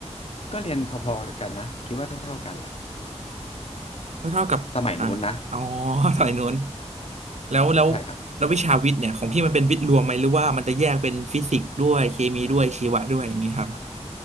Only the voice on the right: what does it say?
ก็เท่ากับอ่าอ๋อ
<laughs> สายนู้นแล้วแล้วแล้ววิชาวิทย์เนี่ยของพี่มันเป็นวิทย์รวมไหมหรือว่ามันจะแยกเป็นฟิสิกส์ด้วยเคมีด้วยชีวะด้วยอย่างนี้ครับ